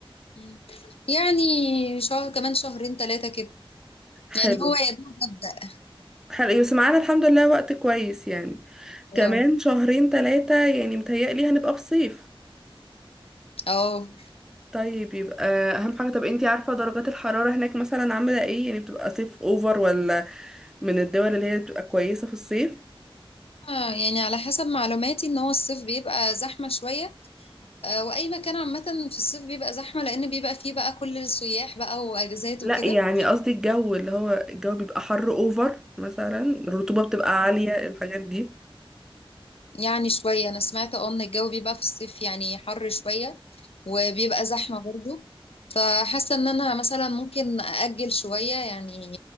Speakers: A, on the left; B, in the centre.
A: مم. يعني شهر كمان شهرين ثلاثه كده
B: حلو
A: يعني هو يا دوب مبدأ
B: حلقة بس معانا الحمد لله وقت كويس يعني
A: اه
B: كمان شهرين ثلاثة يعني متهيألي هنبقى في صيف
A: اه
B: طيب يبقى أهم حاجة طب انتي عارفة درجات الحرارة هناك مثلا عاملة ايه يعني بتبقى صيف اوفر ولا من الدول اللي هي بتبقى كويسة في الصيف
A: آه، يعني على حسب معلوماتي ان هو الصيف بيبقى زحمة شوية آه، واي مكان عامة في الصيف بيبقى زحمة لان بيبقى فيه بقى كل السياح بقى واجازات
B: لا
A: وكده
B: يعني قصدي الجو اللي هو الجو بيبقى حر اوفر مثلا الرطوبة بتبقى عالية الحاجات دي
A: يعني شوية انا سمعت اه ان الجو بيبقى في الصيف يعني حر شوية وبيبقى زحمة برضو فحاسة ان انا مثلا ممكن اجل شوية يعني